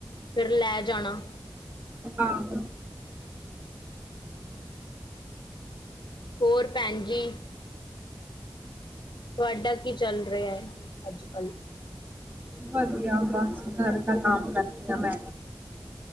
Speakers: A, on the left (about 70°); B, on the right (about 20°).
A: ਫਿਰ ਲੈ ਜਾਣਾ।
B: ਆਹੋ।
A: ਹੋਰ ਭੈਣ ਜੀ। ਤੁਹਾਡਾ ਕੀ ਚੱਲ ਰਿਹਾ ਐ ਅੱਜ ਕੱਲ?
B: ਵਧੀਆ ਬਸ ਘਰ ਦਾ ਕੰਮ ਕਰਦੀ ਆ ਮੈਂ,